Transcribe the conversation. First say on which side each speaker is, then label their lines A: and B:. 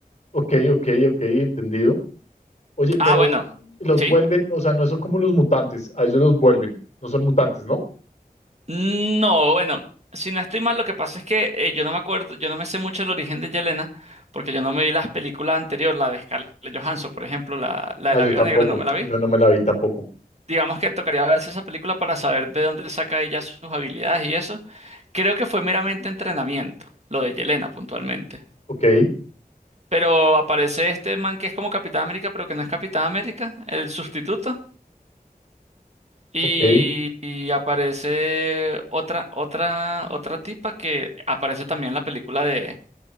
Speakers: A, on the left (about 50°); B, on the right (about 45°).
A: ok, ok, ok, entendido. Oye,
B: Ah,
A: pero
B: bueno,
A: los
B: sí.
A: vuelven, o sea, no son como los mutantes, a ellos los vuelven, no son mutantes, ¿no?
B: No, bueno, si no estoy mal, lo que pasa es que eh, yo no me acuerdo, yo no me sé mucho el origen de Yelena, porque yo no me vi las películas anteriores, la de Scarlett Johansson, por ejemplo, la, la
A: Ah,
B: de la
A: yo
B: Viuda
A: tampoco,
B: Negra, no me la vi.
A: yo no me la vi tampoco.
B: Digamos que tocaría verse esa película para saber de dónde saca ella sus habilidades y eso. Creo que fue meramente entrenamiento, lo de Yelena puntualmente.
A: Ok,
B: Pero aparece este man que es como Capitán América, pero que no es Capitán América, el sustituto. Y,
A: ok,
B: y aparece otra, otra, otra tipa que aparece también en la película de,